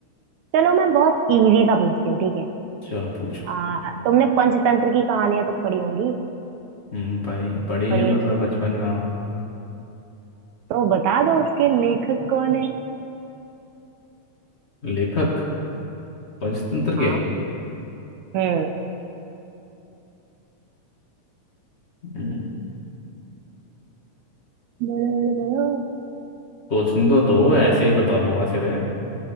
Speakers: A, on the right (about 75°); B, on the left (about 50°).
A: चलो मैं बहुत इजी सा पूछती हूँ ठीक है
B: चलो पूछो
A: आ, तुमने पंचतंत्र की कहानियां तो पढ़ी होंगी
B: हम्म पढ़ी पढ़ी
A: पढ़ी
B: है मतलब
A: है कि नहीं?
B: बचपन में हाँ।
A: तो बता दो उसके लेखक कौन है
B: लेखक पंचतंत्र के
A: हाँ हम्म
B: हम्म,
A: बोलो बोलो बोलो
B: सोचने तो दो ऐसे ही बता दूंगा सीधे